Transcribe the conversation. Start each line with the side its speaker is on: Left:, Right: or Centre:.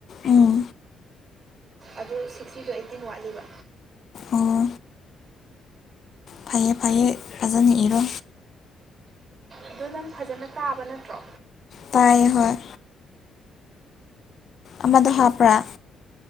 Left: ꯎꯝ
Right: ꯑꯗꯨ ꯁꯤꯛꯁꯇꯤꯗꯣ ꯑꯩꯠꯇꯤꯟ ꯋꯥꯠꯂꯤꯕ
Left: ꯑꯣ ꯐꯩꯌꯦ ꯐꯩꯌꯦ ꯐꯖꯅ ꯏꯔꯣ
Right: ꯑꯗꯨ ꯅꯪ ꯐꯖꯅ ꯇꯥꯕ ꯅꯠꯇ꯭ꯔꯣ
Left: ꯇꯥꯏꯌꯦ ꯍꯣꯏ ꯑꯃꯗꯣ ꯍꯥꯥꯞꯄ꯭ꯔꯥ